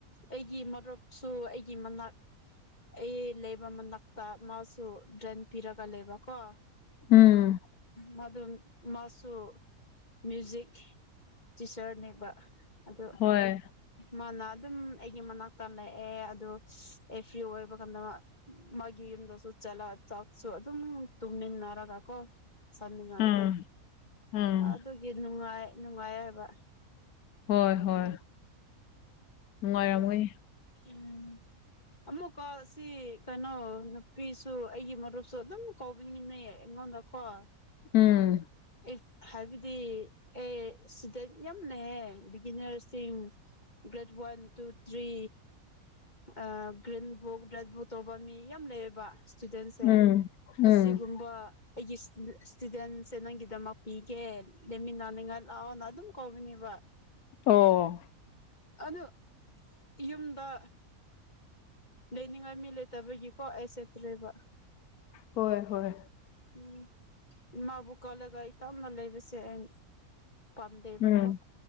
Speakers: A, on the left; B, on the left.
A: ꯑꯩꯒꯤ ꯃꯔꯨꯞꯁꯨ ꯑꯩꯒꯤ ꯃꯅꯥꯛ ꯑꯩ ꯂꯩꯕ ꯃꯅꯥꯛꯇ ꯃꯥꯁꯨ ꯔꯦꯟꯠ ꯄꯤꯔꯒ ꯂꯩꯕꯀꯣ꯫
B: ꯎꯝ
A: ꯃꯗꯨ ꯃꯥꯁꯨ ꯃ꯭ꯌꯨꯖꯤꯛ ꯇꯤꯆꯔꯅꯦꯕ ꯑꯗꯨ
B: ꯍꯣꯏ
A: ꯃꯥꯅ ꯑꯗꯨꯝ ꯑꯩꯒꯤ ꯃꯅꯥꯛꯇ ꯂꯦꯛꯑꯦ ꯑꯗꯨ ꯑꯩ ꯐ꯭ꯔꯤ ꯑꯣꯏꯕ ꯀꯥꯟꯗ ꯃꯥꯒꯤ ꯌꯨꯝꯗꯁꯨ ꯆꯠꯂ ꯆꯥꯛꯁꯨ ꯑꯗꯨꯝ ꯇꯨꯝꯃꯤꯟꯅꯔꯒ ꯀꯣ ꯆꯝꯅꯤꯡꯉꯥꯏꯕ
B: ꯎꯝ ꯎꯝ
A: ꯑꯗꯨꯒꯤ ꯅꯨꯡꯉꯥꯏ ꯅꯨꯡꯉꯥꯏ ꯍꯥꯏꯕ꯫
B: ꯍꯣꯏ ꯍꯣꯏ ꯅꯨꯡꯉꯥꯏꯔꯝꯒꯅꯤ꯫
A: ꯑꯗꯣ ꯎꯝ ꯑꯃꯨꯛꯀ ꯁꯤ ꯀꯩꯅꯣ ꯅꯨꯄꯤꯁꯨ ꯑꯩꯒꯤ ꯃꯔꯨꯞꯁꯨ ꯑꯗꯨꯝ ꯀꯧꯕꯅꯤꯅꯩ ꯑꯩꯉꯣꯟꯗ ꯍꯣꯏ
B: ꯎꯝ
A: ꯑꯩ ꯍꯥꯏꯕꯗꯤ ꯑꯦꯁꯤꯗ ꯌꯥꯝꯅꯍꯦ ꯕꯤꯒꯤꯅꯔꯁꯤꯡ ꯒꯔ꯭ꯦꯗ ꯋꯥꯟ ꯇꯨ ꯇ꯭ꯔꯤ ꯑ ꯒ꯭ꯔꯤꯟꯕꯨꯛ ꯇ ꯑꯗꯨ ꯇꯧꯕ ꯃꯤ ꯌꯥꯝ ꯂꯩꯌꯦꯕ ꯁꯇꯨꯗꯦꯟꯠꯁꯦ
B: ꯎꯝ ꯎꯝ
A: ꯑꯁꯤꯒꯨꯝꯕ ꯑꯩꯒꯤ ꯏꯁꯇꯨꯗꯦꯟꯁꯦ ꯅꯪꯒꯤꯗꯝꯛ ꯄꯤꯒꯦ ꯂꯩꯃꯤꯟꯅꯅꯤꯡꯉ ꯂꯥꯎꯅ ꯑꯗꯨꯝ ꯀꯧꯕꯅꯤꯕ
B: ꯑꯣ
A: ꯑꯗꯣ ꯌꯨꯝꯗ ꯂꯩꯅꯤꯡꯉꯥꯏ ꯃꯤ ꯂꯩꯇꯕꯒꯤꯀꯣ ꯑꯩ ꯆꯦꯠꯇ꯭ꯔꯦꯕ
B: ꯍꯣꯏ ꯍꯣꯏ
A: ꯎꯝ ꯏꯃꯥꯕꯨ ꯀꯜꯂꯒ ꯑꯩ ꯇꯞꯅ ꯂꯩꯕꯁꯦ ꯑꯩꯩ ꯄꯥꯝꯗꯦꯔꯕꯣ
B: ꯎꯝ